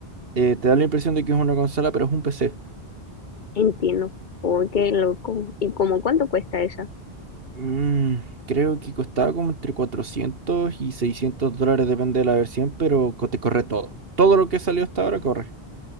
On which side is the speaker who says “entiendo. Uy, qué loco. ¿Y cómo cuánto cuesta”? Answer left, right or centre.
Left